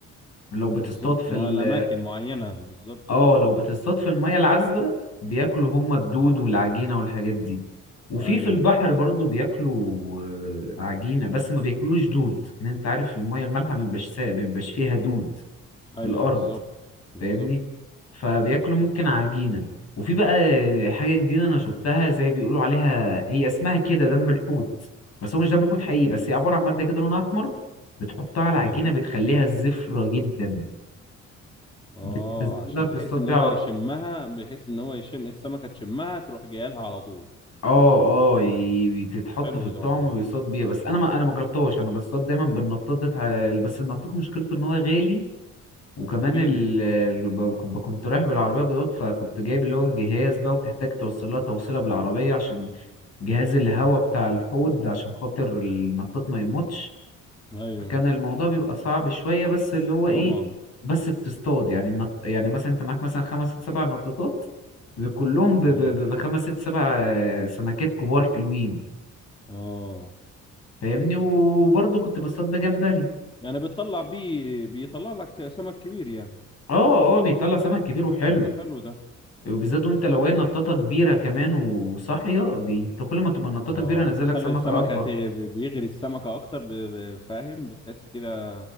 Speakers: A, on the left; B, on the left.
A: لو بتصطاد
B: بالظبط
A: في
B: ما
A: ال...
B: الاماكن معينه بالظبط
A: اه لو بتصطاد في الميه العذبه بياكلوا هم الدود والعجينه والحاجات دي وفي
B: ايوه
A: في البحر برضو بياكلوا آه، عجينه بس ما بياكلوش دود ان انت عارف الميه المالحه ما بيبقاش سا- ما بيبقاش فيها دود في
B: ايوه
A: الارض
B: بالظبط بالظبط
A: فاهمني فبياكلوا ممكن عجينة وفي بقى حاجة جديدة أنا شفتها زي بيقولوا عليها هي اسمها كده دم الحوت بس هو مش دم حوت حقيقي بس هي عبارة عن مادة كده لونها أحمر بتحطها على عجينة
B: ايوه
A: بتخليها زفرة جدا
B: اه
A: بتنزلها
B: عشان
A: تصطاد
B: بحيث ان
A: بيها
B: هو
A: على
B: يشمها
A: طول
B: بحيث ان هو يشم السمكه تشمها تروح جايه لها على طول
A: اه اه ي- بتتحط
B: طب حلو
A: في الطعم
B: ده والله
A: وبيصطاد بيها بس انا ما انا ما جربتهاش انا بصطاد دايما بالنطاط ده بس النطاط مشكلته ان هو غالي وكمان
B: اكيد
A: ال... ال- ب- كنت رايح بالعربية كده فكنت جايب اللي هو الجهاز بقى وبتحتاج توصل لها توصيلة بالعربية عشان جهاز الهواء بتاع الحوض عشان خاطر النطاط ما يموتش
B: ايوه
A: فكان الموضوع بيبقى صعب شوية بس اللي هو ايه
B: طبعا
A: بس بتصطاد يعني النط... يعني مثلا انت معاك مثلا خمس ست سبع نطاطات كلهم ب... ب...
B: ايوه
A: ب- بخمس ست سبع آه، سمكات كبار حلوين
B: اه
A: فاهمني وبرضه كنت بصطاد بجمبري
B: يعني بتطلع بيه بيطلع لك سمك كبير يعني
A: اه اه بيطلع سمك كبير وحلو
B: طب ما حلو ده
A: وبالذات وانت لو هي نطاطه كبيره كمان وصاحيه بي... انت كل ما تبقى النطاطه
B: اه
A: كبيره نزلك
B: تخلي
A: سمكه
B: السمكه
A: اكبر
B: ت- بيغري السمكه اكتر ب- ب- فاهم بتحس كده